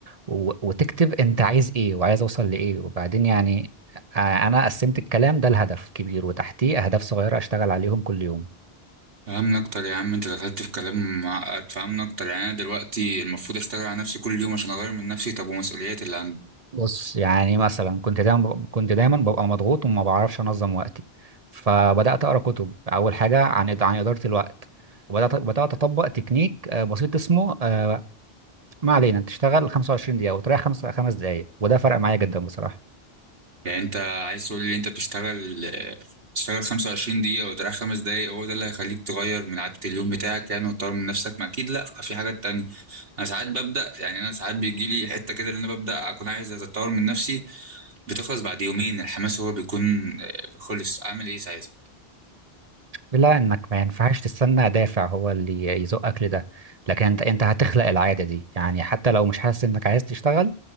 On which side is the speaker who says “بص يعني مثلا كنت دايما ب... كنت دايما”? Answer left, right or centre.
Right